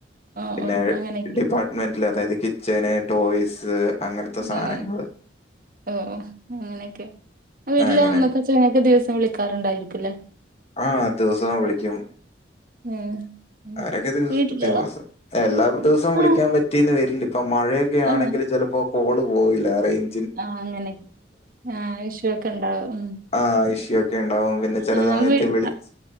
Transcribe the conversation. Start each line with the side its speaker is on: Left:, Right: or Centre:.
Right: ഓ
Left: പിന്നെ
Right: ഓ അങ്ങനെയൊക്കെ
Left: ഡിപ്പാർട്ട്മെന്റില് അതായത് കിച്ചൻ ടോയ്സ് അങ്ങനത്തെ
Right: മ്
Left: സാധനങ്ങള്.
Right: മ് ഓ അങ്ങനെക്കെ വീട്ടിലെ
Left: അങ്ങനെ.
Right: അമ്മേം അച്ഛനൊക്കെ ദിവസം വിളിക്കാറുണ്ടായിരിക്കുല്ലേ
Left: ആഹ് ദിവസം വിളിക്കും
Right: ഉം ഉം
Left: അവരൊക്കെ ദിവസ
Right: വീട്ടില്
Left: ദിവസം എല്ലാ ദിവസവും വിളിക്കാൻ
Right: ആ
Left: പറ്റി <unintelligible> മഴേക്കെ ആണെങ്കില്
Right: ആ
Left: ചെലപ്പോ കോള് പോവില്ലാ ആരെങ്കിലും
Right: ആഹ് അങ്ങനെ ആഹ് ഇഷ്യു ക്കെണ്ടാവും
Left: ആ ഇഷ്യൂ ഒക്കെ ഉണ്ടാവും. പിന്നെ ചില
Right: മ് ആഹ്
Left: സമയത്ത്
Right: വീട്ടി
Left: വിളി